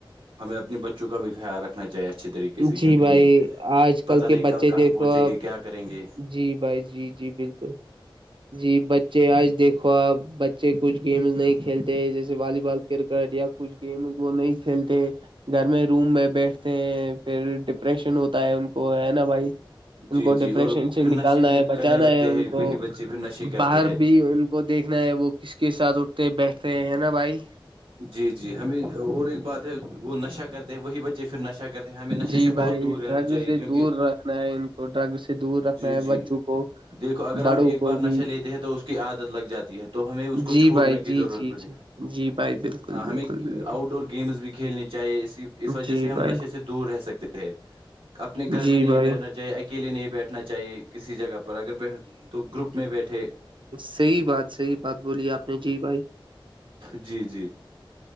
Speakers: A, on the right; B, on the right.
A: ہمیں اپنے بچوں کا بھی خیال رکھا ہو چاہیے اچھے طریقے سے
B: جی
A: کیونکہ
B: بھائی
A: یہ
B: آج
A: پتہ
B: کے
A: نہیں
B: بچے
A: کل کہاں
B: دیکھو
A: پہنچیں
B: اب
A: گے کیا کریں گے
B: جی بھائی جی جی بالکل جی ب بچے آج دیکھو آپ بچے کچھ گیمز نہیں کھیلتے جیسے جیسے والی بال کرکٹ یا کچھ گیم وہ نہیں کھیلتے گھر میں روم میں بیٹھتے ہیں پھر ڈپریشن ہوتا ہے ان کو ہے نا بھائی ان
A: جی
B: کو
A: جی
B: ڈپریشن
A: اور
B: سے
A: پھر
B: نکالنا
A: نشے بھی
B: ہے بچانا
A: کرنے لگتے
B: ہے ان
A: ہیں
B: کو
A: وہی بچے پھر نشے کرتے
B: باہر
A: ہیں
B: بھی ان کو دیکھنا ہے وہ کس کے ساتھ اٹھتے بیٹھتے ہیں ہے نا بھائی
A: جی جی ہمیں اور ایک بات ہے وہ نشہ کرتے ہیں وہی بچے پھر نشہ کرتے ہیں ہمیں نشے
B: جی
A: سے
B: بھائی
A: بہت دور رہنا
B: ڈرگ
A: چاہیے
B: سے
A: کیونکہ
B: دور رکھنا ہے ان کو ڈرگ سے دور رکھنا
A: جی
B: ہے
A: جی
B: بچوں کو
A: دیکھو اگر
B: بڑوں
A: ہم ایک
B: کو
A: بار
B: بھی
A: نشہ لیتے ہیں تو اس کی عادت لگ جاتی ہے تو ہمیں اس کو
B: جی
A: چھوڑنے
B: بھائی
A: کی
B: جی
A: ضرورت
B: جی
A: پڑی
B: جی جی بھائی بالکل
A: ہاں
B: بالکل
A: ہمیں
B: بالکل
A: آؤٹ ڈور گیمز بھی کھیلنی چاہیے اسی اس وجہ
B: جی
A: سے ہم
B: بھائی
A: نشے سے دور رہ سکتے ہیں اپنے گھر
B: جی
A: میں نہیں
B: بھائی
A: بیٹھنا چاہیے اکیلے نہیں بیٹھنا چاہیے کسی جگہ پر اگر بیٹھ تو گروپ میں بیٹھے
B: سحی بات صحی بات بولی آپ نے جی بھائی
A: جی جی